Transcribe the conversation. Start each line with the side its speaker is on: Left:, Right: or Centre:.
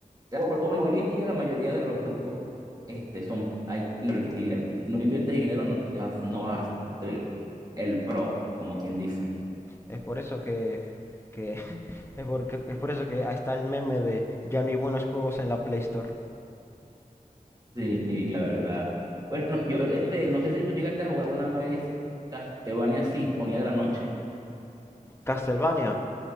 Right: o- o no, hoy en día la mayoría de los juegos este, son, hay que invertir dinero. Si no inviertes dinero, no, te vas, no vas a ser el, el pro, como quien dice.
Left: Es por eso que, que <laughs> es, porque, es por eso que ahí está el meme de ya no hay buenos juegos en la Play Store.
Right: Sí, sí, la verdad. Bueno, yo este, no sé si tú llegaste a jugar una vez Castlevania Sinfonía de la Noche.
Left: Castlevania.